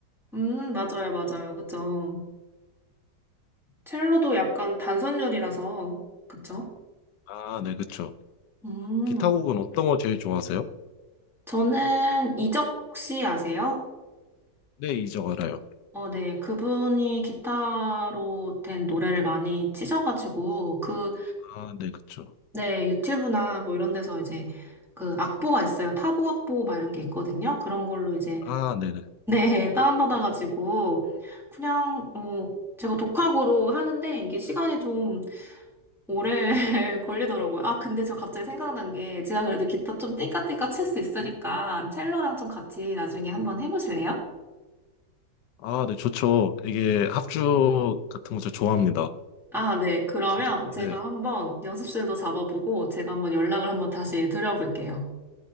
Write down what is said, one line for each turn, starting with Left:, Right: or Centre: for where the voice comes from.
Centre: 음, 맞아요, 맞아요. 그죠. 첼로도 약간 단선열이라서, 그쵸?
Left: 아, 네, 그쵸.
Centre: 음,
Left: 기타 곡은 어떤 거 제일 좋아하세요?
Centre: 저는 이적 혹시 아세요?
Left: 네, 이적 알아요.
Centre: 어, 네. 그분이 기타로 된 노래를 많이 치셔가지고, 그,
Left: 아, 네, 그쵸.
Centre: 네, 유튜브나 뭐 이런 데서 이제 그 악보가 있어요. 타보 악보 막 이런 게 있거든요. 그런 걸로 이제,
Left: 아, 네네.
Centre: 네, <laughs> 다운받아가지고 그냥, 어, 제가 독학으로 하는데 이게 시간이 좀 오래 <laughs> 걸리더라고요. 아, 근데 저 갑자기 생각난 게 제가 그래도 기타 좀 띵까띵까 칠 수 있으니까 첼로랑 좀 같이 나중에 한번 해보실래요?
Left: 아, 네, 좋죠. 이게 합주 같은 거 저 좋아합니다.
Centre: 아, 네. 그러면
Left: 진짜.
Centre: 제가
Left: 네,
Centre: 한번 연습실도 잡아보고 제가 한번 연락을 한번 다시 드려볼게요.